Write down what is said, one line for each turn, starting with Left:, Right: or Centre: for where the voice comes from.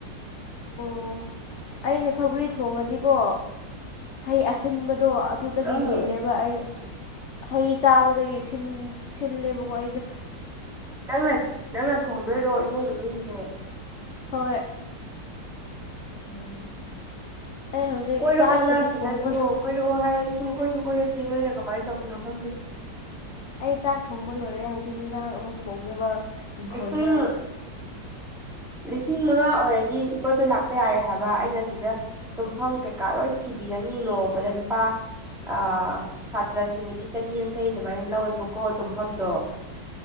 Left: ꯑꯣ ꯑꯩꯅ ꯁꯒꯔꯤ ꯊꯣꯡꯉꯗꯤꯀꯣ ꯍꯩ ꯑꯁꯤꯟꯕꯗꯣ ꯑꯗꯨꯗꯒꯤ
Centre: ꯑꯥ
Left: ꯍꯦꯜꯂꯦꯕ ꯑꯩ ꯍꯩ ꯆꯥꯕꯗꯒꯤ ꯁꯤꯜꯂꯦꯕꯀꯣ ꯑꯩꯗꯣ
Centre: ꯅꯪꯅ ꯅꯪꯅ ꯊꯣꯡꯗꯣꯏꯔꯣ ꯏꯃꯨꯡ ꯃꯅꯨꯡꯒꯤꯁꯦ
Left: ꯍꯣꯏ
Centre: ꯎꯝ
Left: ꯑꯩ ꯍꯧꯖꯤꯛ
Centre: ꯀꯣꯏꯔꯛꯑꯣꯅ
Left: ꯆꯥꯛꯄꯨꯗꯤ
Centre: ꯁꯤꯗꯁꯨ
Left: ꯊꯣꯡꯕ
Centre: ꯀꯣꯏꯔꯛꯑꯣ ꯍꯥꯏꯔꯗꯤꯁꯨ ꯁꯨꯡ ꯀꯣꯏꯁꯨ ꯀꯣꯏꯔꯛꯇꯦ ꯅꯣꯏꯅ ꯀꯃꯥꯏꯅ ꯇꯧꯕꯅꯣ ꯈꯪꯗꯦ
Left: ꯑꯩ ꯆꯥꯛ ꯊꯣꯡꯕ ꯂꯣꯏꯔꯦ ꯍꯧꯖꯤꯛ ꯍꯟꯖꯥꯡ ꯑꯃꯨꯛ ꯊꯣꯡꯅꯕ ꯏꯪꯈꯣꯜꯗ
Centre: ꯂꯤꯁꯤꯡ ꯂꯤꯁꯤꯡ ꯃꯉꯥ ꯑꯣꯏꯔꯒꯤ ꯀꯣꯏꯕ ꯂꯥꯛꯄ ꯌꯥꯔꯦ ꯍꯥꯏꯕ ꯑꯩꯅ ꯁꯤꯗ ꯇꯨꯝꯐꯝ ꯀꯩꯀꯥ ꯂꯣꯏ ꯊꯤꯕꯤꯒꯅꯤ ꯅꯣꯡꯃꯗ ꯂꯨꯄꯥ ꯑ ꯁꯥꯇ꯭ꯔꯁꯤꯡꯒꯤꯗꯤ ꯆꯅꯤꯌꯥꯡꯈꯩ ꯑꯗꯨꯃꯥꯏꯅ ꯂꯧꯋꯦꯕꯀꯣ ꯇꯨꯝꯐꯝꯗꯣ